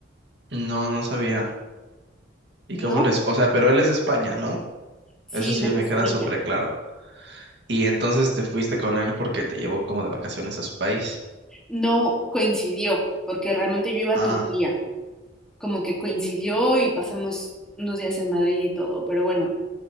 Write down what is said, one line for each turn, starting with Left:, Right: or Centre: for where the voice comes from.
Right: No, no sabía. ¿Y
Centre: ¿No?
Right: cómo les...? O sea, pero él es de España, ¿no?
Centre: Sí,
Right: Eso sí
Centre: él es
Right: me
Centre: de Sevilla.
Right: queda súper claro. Y entonces te fuiste con él porque te llevó como de vacaciones a su país.
Centre: No coincidió, porque realmente yo iba a
Right: Ah,
Centre: Turquía. Como que coincidió y pasamos unos días en Madrid y todo. Pero bueno,